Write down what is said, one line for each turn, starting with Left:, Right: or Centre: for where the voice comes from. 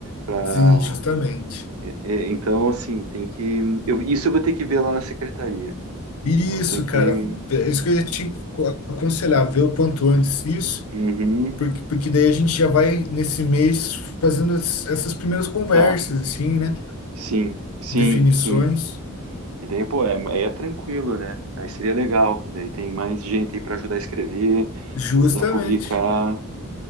Right: Pra...
Left: sim, justamente.
Right: é- é, então, assim, tem que... eu- isso eu vou ter que ver lá na secretaria.
Left: Isso,
Right: Então, tem que...
Left: cara, é isso que eu ia te co- aconselhar, ver o quanto antes isso,
Right: Uhum,
Left: porque, porque daí a gente já vai nesse mês fazendo as- essas primeiras conversas,
Right: tá.
Left: assim, né?
Right: Sim, sim,
Left: definições.
Right: sim. E daí, pô, é- aí é tranquilo, né? Aí seria legal. E daí tem mais gente aí pra ajudar a escrever,
Left: Justamente.
Right: pra ajudar a publicar,